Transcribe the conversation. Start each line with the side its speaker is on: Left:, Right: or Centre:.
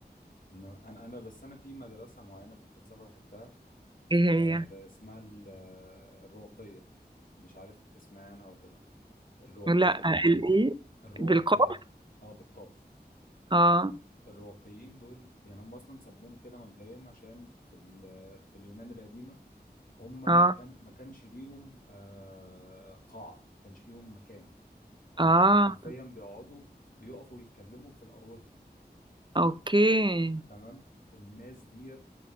Left: إنما انا انا بس انا في مدرسه معينه في الفلسفه بحبها
Right: إيه هي؟
Left: آه اسمها ال- آه، الرواقيه مش عارف تسمعي عنها ولا لا الرواقي
Right: لا الإيه؟
Left: الرواقيه
Right: بالقاف؟
Left: اه بالقاف
Right: آه
Left: الرواقيين دول يعني هم اصلا سموهم كده مبدئيا عشان في ال- في اليونان القديمه هم
Right: آه
Left: ما كان ما كانش ليهم آه، قاعه ما كانش ليهم مكان هم
Right: آه
Left: كانوا حرفيا بيقعدوا بيقفوا يتكلموا في الاروقه
Right: أوكي
Left: تمام الناس ديت